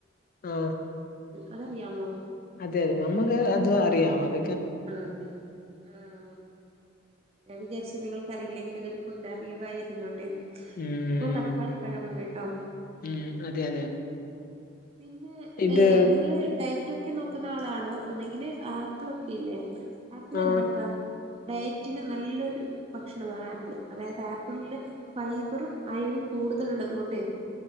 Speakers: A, on the left (about 45°); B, on the right (about 30°).
A: ആ
B: അതറിയാമോ
A: അതെതെ നമക്ക് അത് അറിയ അത
B: ആ ആണോ ഞാൻ വിചാരിച്ചു നിങ്ങൾ അയില്ലെങ്കിൽ ഇതൊരു പുതിയ അറിയവായിരുന്നോട്ടെ
A: ഉം
B: അപ്പൊ തക്കാളി പഴമാണ് ട്ടോ
A: ഉം അതെ അതെ
B: പിന്നെ
A: ഇത്
B: എ നിങ്ങൾ ഡയറ്റൊക്കെ നോക്കുന്ന ആളാണോ അല്ലെങ്കിൽ ആപ്പിളൊക്കെ ല്ലേ അപ്പിള്
A: ആഹ്
B: എന്താക്കാ ഡയറ്റിന് നല്ലൊരു ഭക്ഷണമാണ് ആപ്പിള് അതായത് ആപ്പിളില് ഫൈബറും അയണും കൂടുതല് ഉള്ളത് കൊണ്ട്